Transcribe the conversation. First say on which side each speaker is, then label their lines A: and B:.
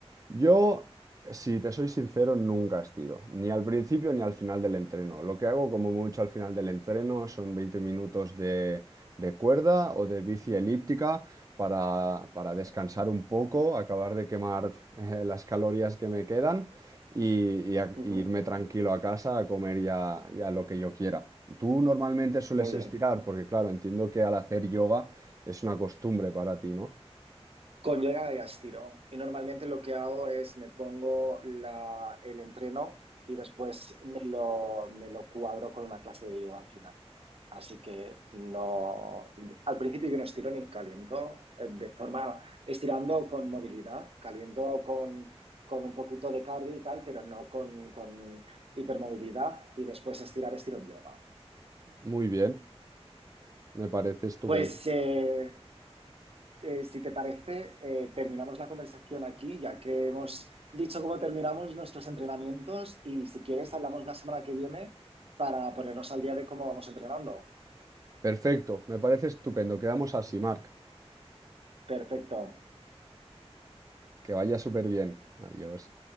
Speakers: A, on the right; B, on the right.
A: Yo, si te soy sincero, nunca estiro, ni al principio ni al final del entreno. Lo que hago como mucho al final del entreno son 20 minutos de, de cuerda o de bici elíptica para, para
B: Muy
A: descansar
B: bien.
A: un poco, acabar de quemar eh, las calorías que me quedan y, y a-
B: Ujú,
A: y irme tranquilo a casa a comer ya, ya lo que yo quiera. Tú normalmente sueles
B: Muy bien.
A: estirar, porque claro, entiendo que al hacer yoga es una costumbre para ti, ¿no?
B: Con yoga de gastiro. Y normalmente lo que hago es me pongo la- el entreno y después me lo, me lo cuadro con una clase de yoga al final. Así que no, al principio yo no estiro ni caliento, eh, de forma estirando con movilidad, caliento con, con un poquito de cardio y tal, pero no con, con hipermovilidad y después estirar estiro en yoga.
A: Muy bien, me parece estupendo.
B: Pues eh, que si te parece, eh, terminamos la conversación aquí, ya que hemos dicho cómo terminamos nuestros entrenamientos y si quieres, hablamos la semana que viene para ponernos al día de cómo vamos entrenando.
A: Perfecto, me parece estupendo. Quedamos así, Marc.
B: Perfecto.
A: Que vaya súper bien. Adiós.